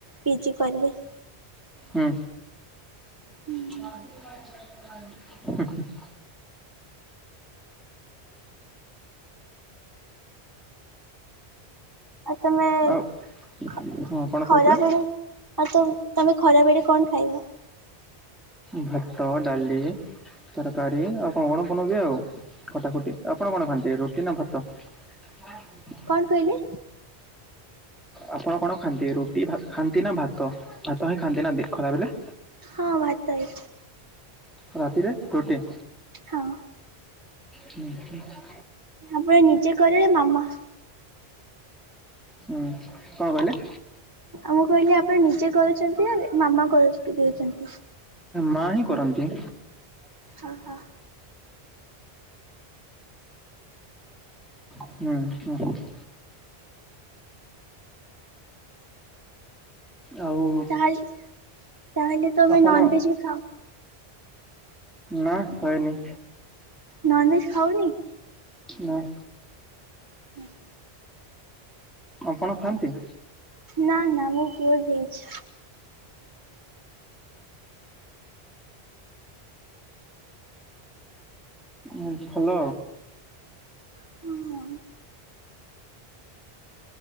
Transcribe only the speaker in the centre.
ହୁଁ।
ହୁଁ ହୁ।
ଆଉ
ହଁ କଣ କହୁଥିଲେ?
ଭାତ ଡାଲି। ତରକାରୀ ଆଉ କଣ କଣ ବନେଇବି ଆଉ ଖଟା ଖୁଟି ଆପଣ କଣ ଖାଆନ୍ତି ରୁଟି ନା ଭାତ? <inaudible>
ଆପଣ କଣ ଖାଆନ୍ତି ରୁଟି ଖାଆନ୍ତି ନା ଭାତ ଭାତ ହିଁ ଖାଆନ୍ତି ନା ଦେ ଖରା ବେଲେ?
ଆଉ ରାତିରେ ରୁଟି?
ହୁଁ ହୁଁ।
ହୁଁ କଣ କହିଲେ?
ମା ହିଁ କରନ୍ତି।
ହୁଁ ହୁଁ। ଆଉ
ଆପଣ
ନା ଖାଏନି।
ନାଁ।
ଆପଣ ଖାଆନ୍ତି?
ଓ ଭଲ।